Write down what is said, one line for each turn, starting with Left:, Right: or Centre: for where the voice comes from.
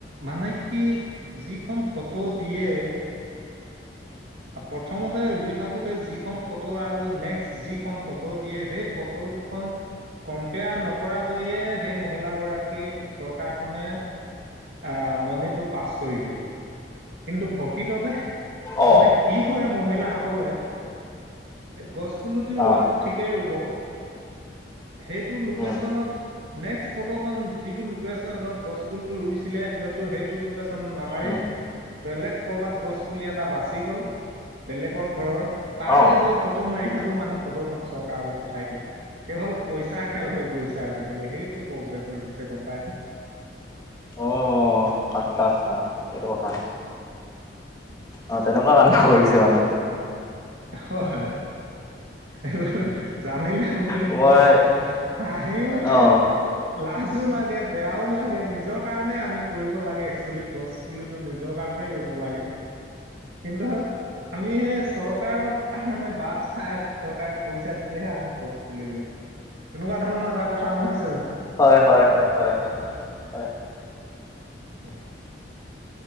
Right: মানে। কি যিখন ফটো দিয়ে। প্ৰথমতে ৰুই থাকোতে যিখন ফটো আৰু নেক্সট যিখন ফটো দিয়ে সেই ফ। ফটো দুখন কম্পেয়াৰ ন কৰাকৈয়ে সেই মহিলা গৰাকীক চৰকাৰখনে আ মণিটো পাছ কৰি দিয়ে কিন্তু প্ৰকৃততে
Left: অঁ
Right: মানে
Left: অঁ
Right: কি কৰে মহিলাসকলে গছ পুলুটি ৰোৱাটো
Left: অঁ
Right: ঠিকেই ৰুব সেইটো লোকেশচনত
Left: উম
Right: নেক্সট ফটোখন যিটো লোকেশনত গছপুলিটো ৰুইছিলে হয়টো সেইটো লোকেশ্যন নামাৰি
Left: উম
Right: বেলেগ কৰবাত গছ পুলি এটা বাচি গল বেলেগৰ ঘৰৰ তা
Left: অঁ
Right: লে গৈ ফটো মাৰি হলো মানে ফটো খন চৰকাৰলৈ পঠাই দিয়ে। কেৱল পইচাৰ খেল হৈ পৰিছে আজিকালি সেইটো প্ৰব্লেম হৈ গৈছে। গম পায় নে?
Left: অ আচ্ছা আচ্ছা এইটো কথা। অ তেনেকুৱা কাণ্ড কৰিছে মানে।
Right: হয় এইবোৰ জানিলে শুনিলে
Left: মই
Right: কিবা হাঁহিও উঠে।
Left: অঁ
Right: লাজো লাগে, বেয়াও লাগে নিজৰ কাৰণে আমি কৰিব লাগে একচুৱেলি গছ পুলি। <unintelligible> নিজৰ কাৰণে ৰুব লাগে কিন্তু আমি সেই চৰ চৰকাৰৰ কাৰণে বাট চাই আছো চৰকাৰে পইচা দিলেহে আমি গছ পুলি ৰুম। তেনেকুৱা ধৰণৰ এটা কথা নহয়
Left: হয় হয় হয় হয় ।
Right: উ <unintelligible>